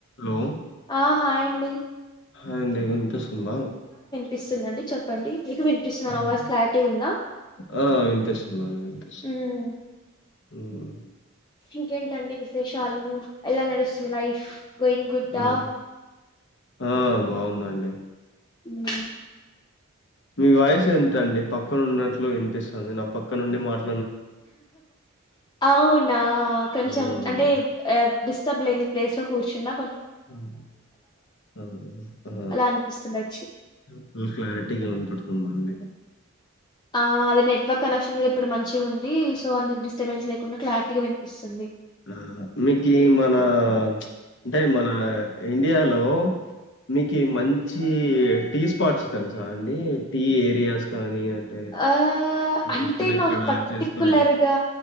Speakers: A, on the left; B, on the left.
A: Hello
B: ఆ హాయండి
A: hi అండి వినిపిస్ తుంద
B: పిస్తుందండి చెప్పండి మీకు వినిపిస్తుందా
A: విన్
B: నా వాయిస్ క్లారిటీ ఉందా
A: ఆ వినిపిస్తుందండీ వినిపిస్త్
B: మ్మ్
A: మ్మ్
B: ఇంకేంటండి విశేషాలు ఎలా నడుస్తుంది లైఫ్ గోయింగ్ గుడ్డా
A: ఆ ఆ బాగుందండి డి
B: హ్మ్
A: మీ వాయిస్ ఏంటండి పక్కనున్నట్లు వినిపిస్తాంది నా పక్క నుండి మాట
B: అవునా కొంచెం
A: అవునండి
B: అంటే ఏ డిస్టర్బ్ లేని ప్లేస్ లో కూర్చున్న
A: మ్మ్ అవును ఆ
B: అలా అనిపిస్తుండొచ్చు
A: ఫుల్ క్లారిటీ క్లారిటీగా వినపడుతుందండి
B: ఆ అదె నెట్ వర్క్ కనెక్షన్ కూడా ఇప్పుడు మంచిగా ఉంది సో అందుకు డిస్టబెన్స్ లేకుండా క్లారిటీ గా వినిపిస్ <unintelligible>
A: మ్మ్ మీకు మన అంటే మన ఇండియాలో మీకు మంచి చి టీ స్పాట్స్ తెలుసా అండి టీ ఏరియాస్ కానీ అంటే
B: ఆ
A: మీకు
B: అంటే
A: ఎక్కడెక్కడ
B: నాకు పర్టికులర్గా
A: చేస్తారు?